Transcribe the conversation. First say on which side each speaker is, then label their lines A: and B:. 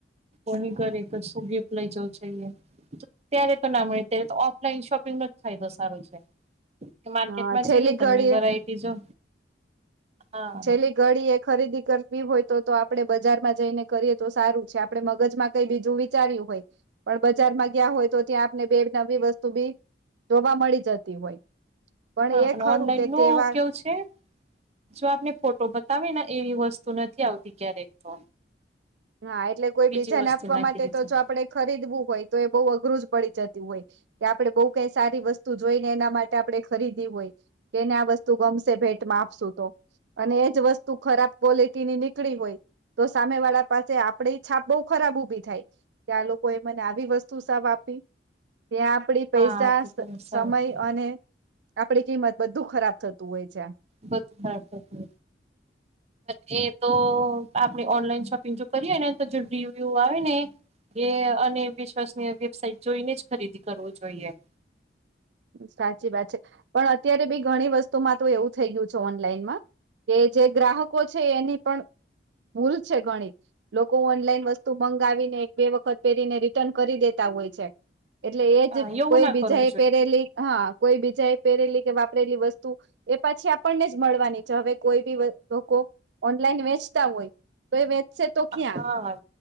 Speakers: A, on the right; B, on the right.
A: કોની કરે તો શું ગિફ્ટ લઈ જવું જઈએ? ત્યારે તો ના મળે ત્યારે તો ઓફલાઈન શોપિંગ નો જ ફાયદો સારો છે.
B: <inaudible>
A: કે માર્કેટમાં
B: છેલ્લી
A: જઈએ તમને
B: ઘડીએ
A: વેરાયટી જો. હા
B: છેલ્લી ઘડીએ ખરીદી કરવી હોય તો તો આપડે બજારમાં જઈને કરીએ તો સારું છે. આપડે મગજમાં કઈ બીજું વિચાર્યું હોય પણ બજારમાં ગયા હોય તો ત્યાં આપને બે નવી વસ્તુ બી જોવા મળી જતી હોય. પણ
A: હા
B: એ
A: અને
B: ખરું
A: ઓનલાઈન
B: કે
A: નું
B: તહેવાર
A: હું કેવું છે? જો આપને ફોટો બતાવે ને એવી વસ્તુ નથી આવતી ક્યારેક તો
B: હા એટલે કોઈ
A: બીજી
B: બીજાને
A: વસ્તુ
B: આપવા
A: નાખી
B: માટે
A: દે
B: તો
A: છે.
B: જો આપડે ખરીદવું હોય તો એ બહુ અઘરું જ પડી જતું હોય. કે આપણે બહુ કઈ સારી વસ્તુ જોઈ ને એના માટે આપણે ખરીદી હોય કેને આ વસ્ત તું ગમશે ભેટમાં આપશુ તો. અને એજ વસ્તુ ખરાબ ક્વોલિટીની નીકળી હોય તો સામે વાળા પાસે આપડી છાપ બહુ ખરાબ ઊભી થાય કે આ લોકો એ મને આવી વસ્તુ સાવ આપી. ત્યાં આપડી
A: હા
B: પૈસા,
A: તો તમે સારું
B: સમય
A: કીધું
B: અને આપડી કિંમત બધું ખરાબ થતું હોય છે.
A: બદ હા બધું.
B: <inaudible>
A: એ તો આપણે ઓનલાઈન શોપિંગ જો કરીએ ને તો જો રિવ્યુ આવે ને એ અને વિશ્વાસનીય વેબસાઇટ જોઈને જ ખરીદી કરવો જોઈએ.
B: સાચી વાત છે, પણ અત્યારે બી ઘણી વસ્તુમાં તો એવું થઈ ગયું છે ઓનલાઈનમાં. કે જે ગ્રાહકો છે એની પણ ભૂલ છે ઘણી. લોકો ઓનલાઈન વસ્તુ મંગાવીને એક બે વખત પહેરીને રિટર્ન કરી દેતા હોય છે. એટલે એજ
A: હા એવું
B: કોઈ
A: ના
B: બીજા
A: કરવું
B: એ
A: જોઈએ.
B: પહેરેલી, હા. કોઈ બીજા એ પહેરેલી કે વાપરેલી વસ્તુ એ પાછી આપણને જ મળવાની છે. હવે કોઈ બી લોકો ઓનલાઈન વેચતા હોય તો એ વેચશે તો
A: હા
B: ક્યાં?